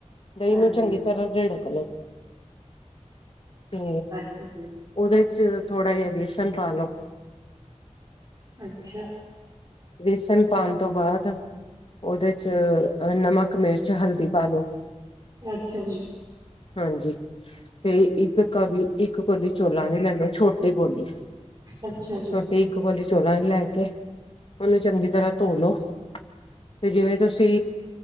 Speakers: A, on the left (about 50°); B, on the right (about 30°).
A: ਦਹੀਂ
B: ਹਾਂਜੀ
A: ਨੂੰ ਚੰਗੀ ਤਰ੍ਹਾਂ ਰਿਲਕ ਲੋ। ਤੇ
B: ਅੱਛਾ ਜੀ
A: ਉਹਦੇ। ਕੁ ਥੋੜਾ ਜਿਹਾ ਬੇਸਨ ਪਾਲੋ।
B: ਅੱਛਾ।
A: ਬੇਸਨ ਪਾ ਤੋਂ ਬਾਅਦ ਉਹਦੇ ਚ ਨਮਕ, ਮਿਰਚ, ਹਲਦੀ ਪਾ ਲੋ।
B: ਅੱਛਾ ਜੀ।
A: ਹਾਂਜੀ ਤੇ ਇੱਕ ਕਰ ਲਈ ਇੱਕ ਕੋਲੀ ਚੋਲਾਂ ਦੀ ਲੈ ਲੋ ਛੋਟੀ ਕੋਲੀ
B: ਅੱਛਾ ਜੀ
A: ਛੋਟੀ ਇੱਕ ਕੋਲੀ ਚੋਲਾ ਦੀ ਲੈ ਕੇ ਉਹਨੂੰ ਚੰਗੀ ਤਰ੍ਹਾਂ ਧੋਲੋ। ਤੇ ਜਿਵੇਂ ਤੁਸੀਂ